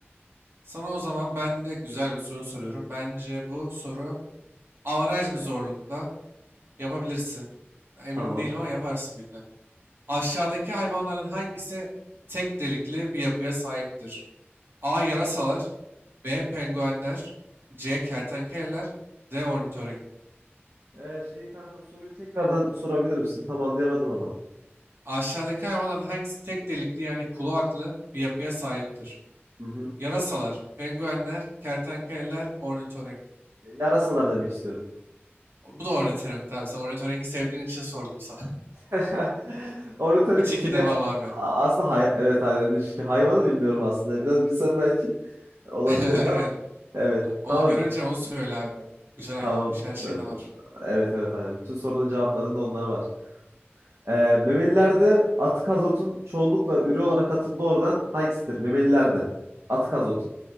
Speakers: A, on the right; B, on the right.
A: Sana o zaman ben de güzel bir soru soruyorum. Bence bu soru avaraj bir zorlukta yapabilirsin. Emin
B: Tamam.
A: değilim ama yaparsın büyük ihtimal. Aşağıdaki hayvanların hangisi tek delikli bir yapıya sahiptir? A. Yarasalar B. Penguenler C. Kertenkeleler D. Ornitorenk
B: Ee, şeyi kankam soruyu tekrardan sorabilir misin? Tam anlayamadım ama.
A: Aşağıdaki hayvanların hangisi tek delikli yani kloaklı bir yapıya sahiptir?
B: Hı hı.
A: Yarasalar, penguenler, kertenkeleler, ornitorenk.
B: Yarasalar demek istiyorum.
A: Bu da ornitorenk tabii. Sen ornitorenki sevdiğin için sordum sana.
B: <laughs>
A: <laughs>
B: Ornitorik
A: Üç iki
B: şey
A: demem abi.
B: aslında hay evet aynen çünkü hayvanı bilmiyorum aslında. Biraz bilsem belki <laughs> olabilirdi
A: <laughs> Aynen.
B: ama evet.
A: Onu
B: Tamam
A: görünce onu söyle abi bak. Güzel ayılanmış
B: tamam.
A: her şeyde var.
B: Evet evet aynen. Bütün sorunun cevaplarında onlar var. Ee, memelilerde atık azotun çoğunlukla üre olarak atıldığı organ hangisidir? Memelilerde atık azotun.